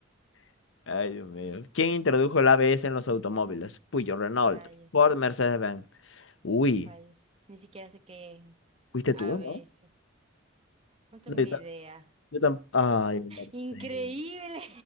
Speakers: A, on the left; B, on the right.
A: <laughs> ay, Dios mío. ¿Quién introdujo el ABS en los automóviles? Puyo, Renault,
B: Rayos,
A: Ford, Mercedes-Benz. Uy,
B: rayos. Ni siquiera sé qué es.
A: fuiste
B: A
A: tú,
B: veces.
A: ¿no?
B: No tengo
A: No, yo,
B: idea.
A: ta- yo tam- Ay, Mercedes.
B: <laughs> ¡Increíble!